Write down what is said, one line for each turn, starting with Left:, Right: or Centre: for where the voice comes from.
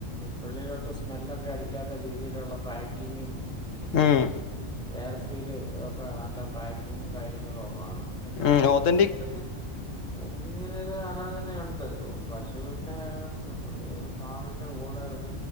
Centre: വെളിയിലോട്ട് സ്മെല്ലൊക്കെ അടിക്കാത്ത രീതിയിലുള്ള പാക്കിങ്ങും,
Left: ഉം
Centre: എയർഫീൽ ഒക്കെ നല്ല പാക്കിങ്ങും കാര്യങ്ങളും ഒക്കെ ആണം ഇപ്പൊ ഞാൻ
Left: ഉം
Centre: എനിക്കങ്ങനെ
Left: ഓതന്റിക്
Centre: എനിക്കിങ്ങനെൊ ഒരു ആലോചനയുണ്ട് പശുവിന്റെ ഹ് ഫാമിന്റെ കൂടെ ഒരു